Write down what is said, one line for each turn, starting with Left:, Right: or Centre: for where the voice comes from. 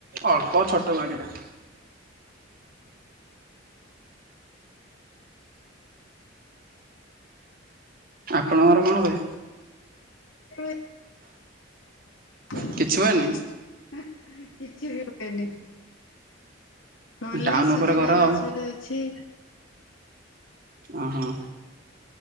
Right: ଅଳ୍ପ ଛୋଟ ବାଡିଟା ଆପଣଙ୍କର କଣ ହୁଏ?
Left: <inaudible> କିଛି
Right: କିଛି ହୁଏନି
Left: ବି ହୁଏନି ଗଲି
Right: ଟାଉନ
Left: ସୁଜିନା
Right: ଉପରେ ଘର
Left: ଗଛଟେ
Right: ଆଉ
Left: ଅଛି।
Right: ଓହୋ